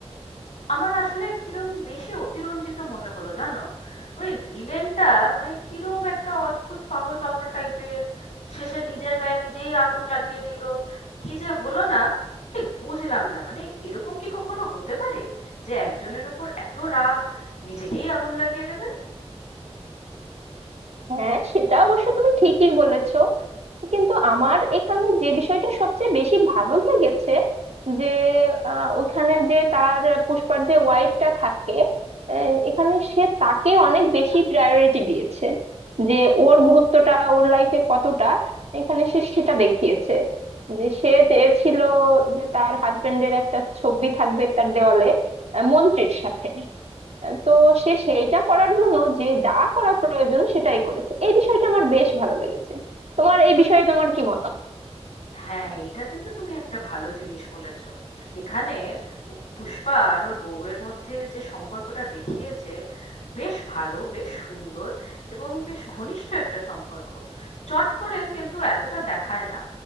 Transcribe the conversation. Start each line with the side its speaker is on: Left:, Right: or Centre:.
Left: আমার আসলে কিরম বেশি অতিরঞ্জিত মনে হলো জানো? ওই ভিলেনটা মানে কিরম একটা অদ্ভুত পাগল পাগল টাইপের শেষে নিজের গায়ে নিজেই আগুন লাগিয়ে দিল কি যে হলো না ঠিক বুঝলাম না মানে এরকম কি কখনো হতে পারে যে একজনের উপর এত রাগ নিজেকেই আগুন লাগিয়ে দেবে
Right: হ্যাঁ সেটা অবশ্য তুমি ঠিকই বলেছো কিন্তু আমার এখানে যে বিষয়টা সবচেয়ে বেশি ভালো লেগেছে যে আহ, ওখানে যে তার পুষ্পার যে ওয়াইফটা থাকে আহ, এখানে সে তাকে অনেক বেশি প্রায়োরিটি দিয়েছে যে ওর গুরুত্বটা ওর লাইফে কতটা এখানে সে সেটা দেখিয়েছে যে সে চেয়েছিল যে তার হাজবেন্ডের একটা ছবি থাকবে তার দেওয়ালে আহ, মন্ত্রীর সাথে তো সে সেইটা করার জন্য যে যা করা প্রয়োজন সেটাই করেছে এই বিষয়টা আমার বেশ ভালো লেগেছে তোমার এই বিষয়ে তোমার কি মতামত
Left: হ্যাঁ, এটা কিন্তু তুমি একটা ভালো জিনিস বলেছ। এখানে ও- পুষ্পা আর ওর বউয়ের মধ্যে যে সম্পর্কটা দেখিয়েছে বেশ ভালো, বেশ সুন্দর এবং বেশ ঘনিষ্ঠ একটা সম্পর্ক। চট করে কিন্তু এতটা দেখায় না।